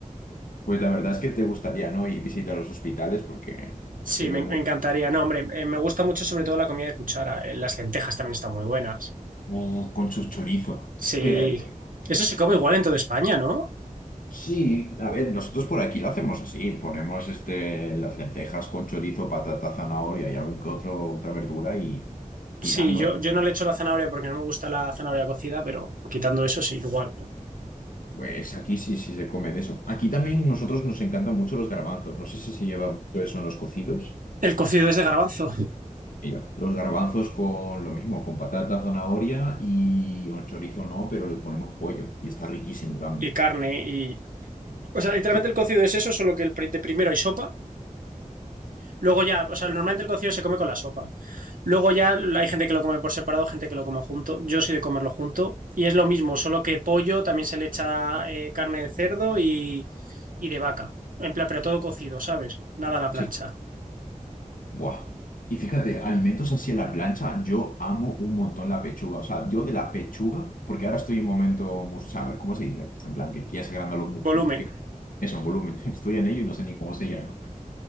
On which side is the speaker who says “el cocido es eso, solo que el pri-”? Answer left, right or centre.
Right